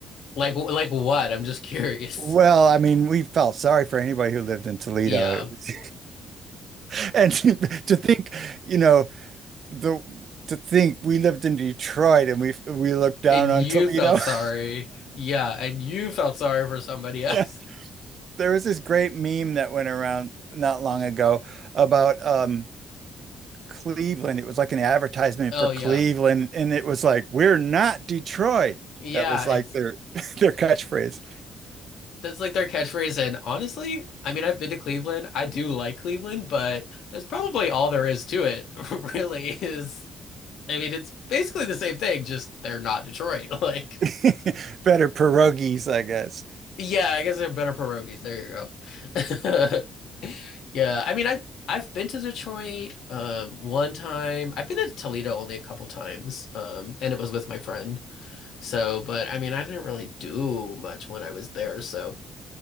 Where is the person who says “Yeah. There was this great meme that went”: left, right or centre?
Right